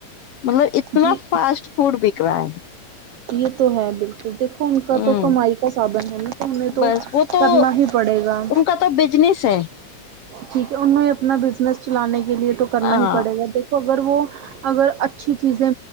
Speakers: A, on the left; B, on the right.
A: مطلب اتنا
B: جی
A: فاسٹ فوڈ بک رہا ہے
B: یہ تو ہے بالکل دیکھو ان کا
A: ہوں
B: تو کمائی کا سادن ہے نا تو ہمیں تو
A: بس وہ تو
B: کرنا ہی پڑے گا
A: ان کا تو بزنس ہے
B: ٹھیک ہے انہوں اپنا بزنس چلانے کے لیے تو کرنا
A: ہاں
B: ہی پڑے گا دیک اگر وہ اگر اچھی چیزیں